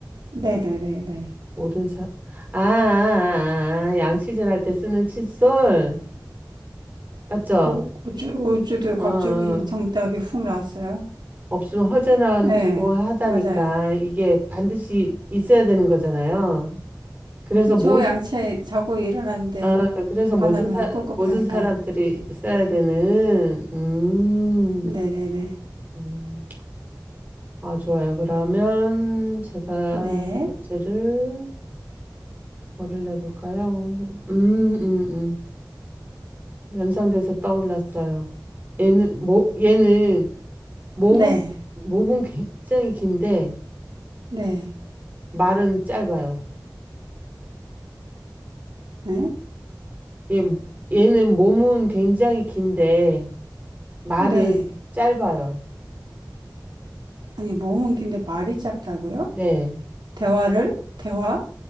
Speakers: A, on the right (about 80°); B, on the right (about 25°).
A: 네네네네.
B: 모든 사, 아, 아, 아, 아, 양치질 할 때 쓰는 칫솔. 맞죠?
A: 오, 우주, 우주도
B: 어.
A: 갑자기
B: 어.
A: 정답이 훅 나왔어요.
B: 없으면 허전하고
A: 네,
B: 하다니까
A: 맞아요.
B: 이게 반드시 있어야 되는 거잖아요. 그래서
A: 그쵸,
B: 모든
A: 양치 자고 일어났는데.
B: 아, 그래서
A: 하나면
B: 모든 사,
A: 꿉꿉하니까.
B: 모든 사람들이 써야 되는 음,
A: 네네네.
B: 음. 아 좋아요. 그러면 제가
A: 네.
B: 문제를 뭐를 내볼까요? 음, 음, 음. 연상돼서 떠올랐어요. 얘는 모, 얘는 몸은
A: 네.
B: 몸은 굉장히 긴데
A: 네.
B: 말은 짧아요.
A: 네.
B: 얘, 얘는 몸은 굉장히 긴데 말은
A: 네.
B: 짧아요.
A: 아니, 몸은 긴데 말이 짧다고요?
B: 네.
A: 대화를? 대화?